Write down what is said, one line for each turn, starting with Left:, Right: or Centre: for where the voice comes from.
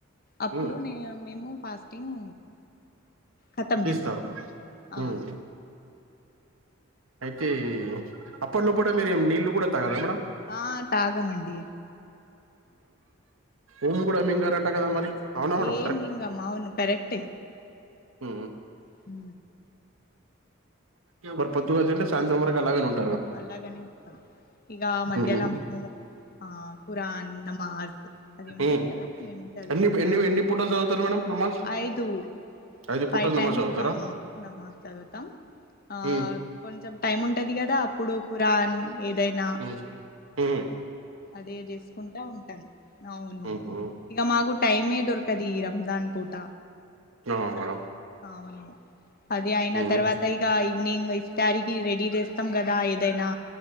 Left: అప్పుడు
Right: ఉమ్
Left: నే మేము ఫాస్టింగ్ కతం
Right: తీస్తారు
Left: చేస్తారు ఆ
Right: ఉమ్ అయితే అప్పట్లో కూడా మీరుే నీళ్ళలు కూడా తగల అన్న
Left: ఆ తాగమండడి
Right: ఉఊమి కూడా మింగారట కదా మరి అవునా మేడం
Left: ఏ మీీంగమ్మా అవును కరెక్ట్ే
Right: హ
Left: హ
Right: మరి పొద్దుగాలు తంటే సాయంత్రం వరకు అలాగనే ఉంటుంది
Left: అలాగనే ఇం ఇక మధ్యాల
Right: ఉహు
Left: మ ఆ ఖురాన్ నమాజ్ అది ఉంటది
Right: ఉమ్
Left: కదా మేము చదువుకుంటా
Right: ఎన్ని ఎన్ని ఎన్ని పూటలు చదువుతారు మేడం నమాజ్
Left: ఐదు
Right: ఐదు
Left: ఫైవ్
Right: పూటలు నమాజ్
Left: టైమ్స్
Right: చదువుతారా
Left: అందమ్మా చదువుతాం ఆ
Right: ఉమ్
Left: కొంచెం టైం ఉంటది కదా అప్పుడు ఖురాన్ ఏదైనా
Right: హ్మ్మ్
Left: అదే చేసుకుంటా ఉంటాను అవును
Right: ఉహు
Left: ఇక మాకు టైమే దొరకది ఈ రంజాన్ పూట
Right: అ మేడం
Left: అవును అది అయిన
Right: ఉహు
Left: తర్వాత ఇక ఈవినింగ్ తారీకి రెడీ చేస్తాం కదా ఏదైనా